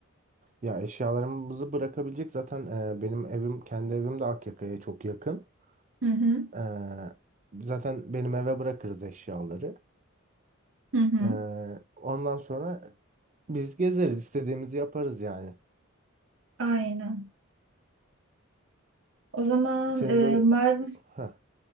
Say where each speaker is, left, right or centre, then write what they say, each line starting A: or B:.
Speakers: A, on the right (about 35°); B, on the right (about 60°).
A: Ya eşyalarımızı bırakabilecek zaten e, benim evim kendi evim de Akyaka'ya çok yakın.
B: Hı hı.
A: Ee, zaten benim eve bırakırız eşyaları.
B: Hı hı.
A: Ee, ondan sonra biz gezeriz, istediğimizi yaparız yani.
B: Aynen. O zaman
A: Senin
B: e,
A: böyle
B: Mar
A: Heh.